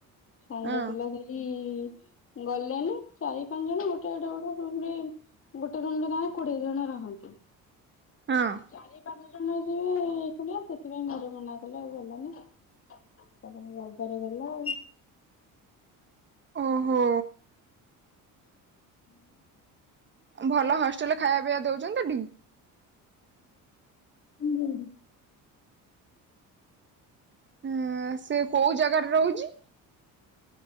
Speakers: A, on the left (about 40°); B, on the right (about 30°).
A: ସାଙ୍ଗ
B: ହଁ
A: ପିଲା ଦେଇ ଏଇ ଗଲେନି ଚାରି ପାଞ୍ଚ ଜଣ ଗୋଟେ ଗୋଟେ ଗୋଟେ ରୁମ ରେ ଗୋଟେ ରୁମରେ ତାଙ୍କେ କୋଡିଏ ଜଣ ରହନ୍ତି।
B: ହଁ।
A: ଚାରି ପାଞ୍ଚ ଜଣ ଯିବେ <unintelligible> ସେଥିପାଇଁ ଘର ମନା କଲା ଆଉ ଗଲାନି ସେ ଫୁଣି ରବାରେ ଗଲା ଆଉ।
B: ଓହୋ।
A: ହୁଁ।
B: ଭଲ ହଷ୍ଟେଲ ଖାଇବା ପିଇବା ଦଉଛନ୍ତି ଟି?
A: ହୁଁ।
B: ଉଁ ସେ କୋଉ ଜାଗାରେ ରହୁଛି?